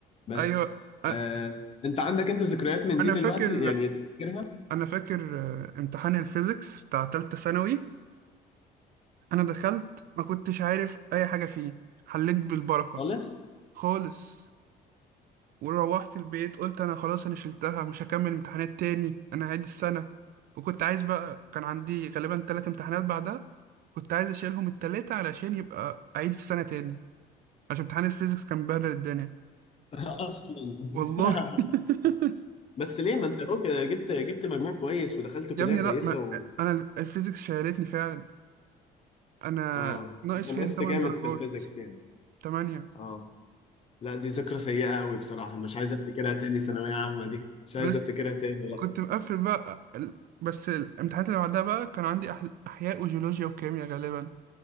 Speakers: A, on the left; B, on the right.
A: بس
B: ايوه أ-
A: آه، انت عندك انت ذكريات من
B: انا
A: دي دلوقتي
B: فاكر
A: يعني فاكرها
B: انا فاكر آه، امتحان الفيزيكس بتاع تالتة ثانوي انا دخلت ما كنتش عارف اي حاجه فيه حليت بالبركه
A: خالص
B: خالص وروحت البيت قلت انا خلاص انا شلتها مش هكمل امتحانات تاني انا هعيد السنة وكنت عايز بقى كان عندي غالبا ثلاث امتحانات بعدها كنت عايز اشيلهم التلاتة علشان يبقى اعيد في السنة تاني عشان امتحان الفيزيكس كان بهدل الدنيا
A: <laughs> اصلا
B: والله
A: <laughs>
B: <laughs>
A: بس ليه ما انت اهو جبت جبت مجموع كويس ودخلت كلية
B: يا ابني
A: كويسة
B: لا ما
A: و...
B: انا الفيزيكس شيلتني فعلا انا
A: اه
B: ناقص
A: انت نقصت
B: فيها 8
A: جامد
B: درجات
A: في الفيزيكس يعني
B: 8
A: اه لا دي ذكرى سيئة قوي بصراحة مش عايز افتكرها تاني ثانوية عامة دي مش عايز
B: بس
A: افتكرها تاني لا
B: كنت مقفل بقى ال- بس الامتحانات اللي بعدها بقى كان عندي أح- احياء وجيولوجيا وكيمياء غالبا